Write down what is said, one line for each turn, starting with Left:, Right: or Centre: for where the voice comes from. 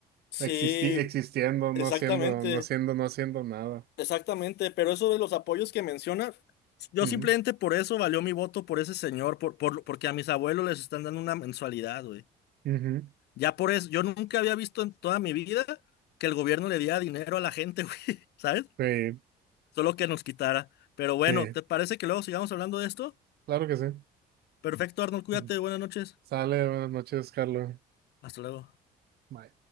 Left: Sí,
Right: existi- existiendo, no
Left: exactamente,
Right: haciendo, no haciendo, no haciendo nada.
Left: exactamente. Pero eso de los apoyos que mencionas, yo
Right: Ujú,
Left: simplemente por eso valió mi voto por ese señor, por, por- porque a mis abuelos les están dando una mensualidad, güey.
Right: ujú.
Left: Ya por eso, yo nunca había visto en toda mi vida que el gobierno le diera dinero a la gente, <laughs> güey, ¿sabes?
Right: Sí,
Left: Solo que nos quitara. Pero bueno,
Right: sí,
Left: ¿te parece que luego sigamos hablando de esto?
Right: claro que sí.
Left: Perfecto, Arnold, cuídate,
Right: Ujú.
Left: buenas noches.
Right: Sale, buenas noches, Carlos.
Left: Hasta luego.
Right: Bye.